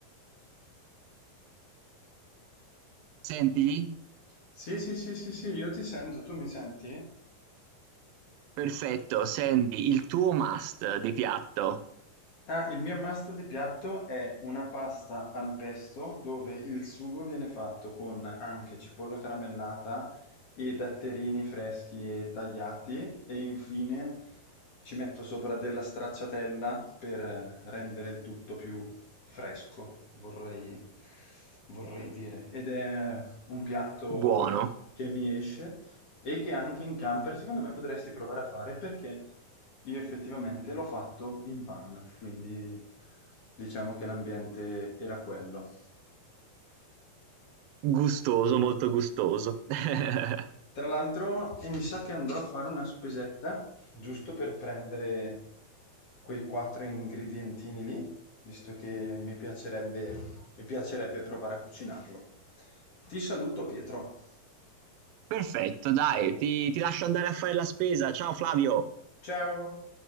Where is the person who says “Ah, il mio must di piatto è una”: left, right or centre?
Left